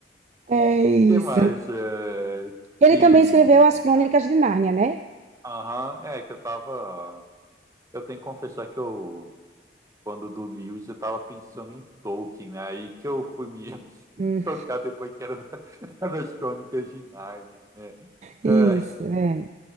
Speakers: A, on the right (about 40°); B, on the right (about 20°).
A: É isso.
B: que mais? É...
A: Ele
B: E.
A: também escreveu as Crônicas de Nárnia, né?
B: Aham, é que eu tava. Eu tenho que confessar que eu, quando do Lewis, eu tava pensando em Tolkien, né? Aí que eu fui me <laughs>
A: Hum,
B: tocar depois que era da- <laughs> das Crônicas de Nárnia, né?
A: isso,
B: É,
A: é.